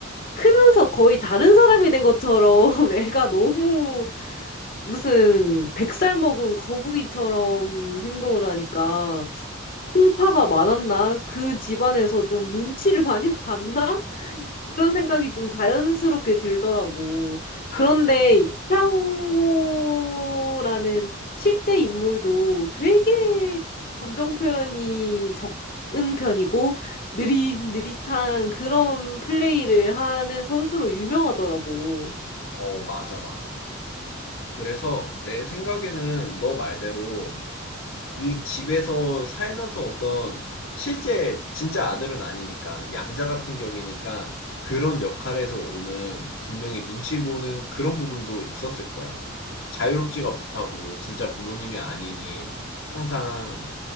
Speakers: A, on the left; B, on the left.
A: 크면서 거의 다른 사람이 된 것처럼 <laughs> 애가 너무 무슨 백살 먹은 거북이처럼 행동을 하니까 풍파가 많았나? 그 집안에서 좀 눈치를 <laughs> 많이 봤나? 이런 생각이 좀 자연스럽게 들더라고.
B: 안,
A: 그런데 이창호라는 실제 인물도 되게 감정 표현이 적은 편이고 느릿느릿한 그런 플레이를 하는 선수로 유명하더라고.
B: 어, 맞아, 맞아. 그래서 내 생각에는 너 말대로 이 집에서 살면서 어떤 실제 진짜 아들은 아니니까 양자 같은 격이니까 그런 역할에서 오는 분명히 눈치 보는 그런 부분도 있었을 거야. 자유롭지가 못하고 진짜 부모님이 아니니 항상